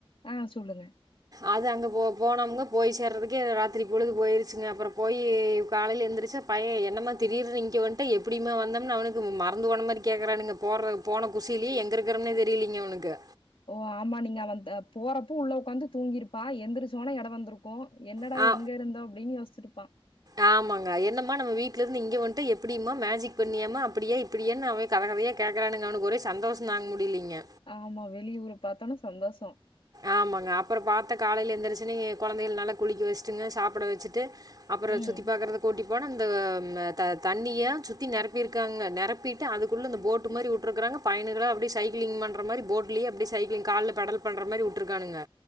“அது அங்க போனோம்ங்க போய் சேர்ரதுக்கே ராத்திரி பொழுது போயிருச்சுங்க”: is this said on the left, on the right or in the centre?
Right